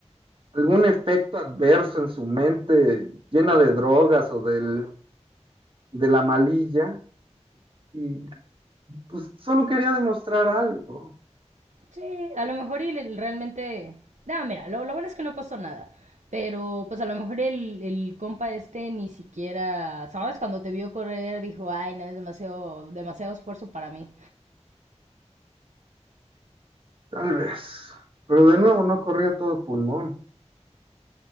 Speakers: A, on the right (about 45°); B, on the right (about 85°).
A: algún efecto adverso en su mente, llena de drogas o del, de la malilla, y pues solo quería demostrar algo,
B: Sí, a lo mejor y le- realmente... No, mira, lo, lo bueno es que no pasó nada. Pero pues a lo mejor el, el compa este ni siquiera, ¿sabes? Cuando te vio correr dijo, ay, no, es demasiado, demasiado esfuerzo para mí.
A: tal vez. Pero de nuevo no corría todo pulmón.